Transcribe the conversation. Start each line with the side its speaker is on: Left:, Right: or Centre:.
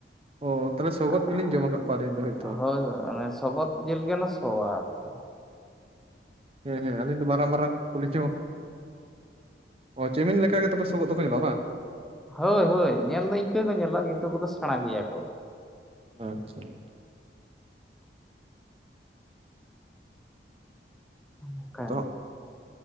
Right: ᱚ ᱛᱟᱦᱚᱞᱮ ᱥᱚᱜᱚᱫ
Centre: ᱾
Right: ᱜᱮᱞᱤᱧ ᱡᱚᱢ ᱟᱠᱟᱫ ᱠᱚᱣᱟ ᱟᱹᱞᱤᱧ ᱫᱚ ᱦᱳᱭᱛᱳ
Centre: ᱟᱹᱹᱹ ᱦᱳᱭ ᱦᱳᱭ ᱚᱱᱮ ᱥᱚᱜᱚᱫ ᱾ ᱡᱤᱞ ᱜᱮ ᱚᱱᱟ ᱥᱚᱣᱟ ᱟᱨᱠᱤ ᱾
Right: ᱦᱮᱸ ᱦᱮᱸ ᱟᱹᱞᱤᱧ ᱫᱚ ᱢᱟᱨᱟᱝ ᱢᱟᱨᱟᱝ ᱠᱚᱞᱮᱡᱽ, ᱪᱮᱢᱮᱧ ᱞᱮᱠᱟ ᱜᱮ ᱛᱚ ᱥᱟᱯᱮ ᱾ <unintelligible>
Centre: ᱦᱳᱭ ᱦᱳᱭ ᱧᱮᱞ ᱫᱚ ᱤᱱᱠᱟᱹ ᱠᱚ ᱧᱮᱞᱚᱜ ᱠᱤᱱᱛᱩ ᱩᱠᱩᱫᱚ ᱥᱮᱬᱟ ᱜᱮᱭᱟ ᱠᱚ ᱾
Right: ᱟᱪᱪᱷᱟ ᱾
Centre: ᱚᱱᱠᱟᱜᱮ
Right: ᱟᱫᱚᱜ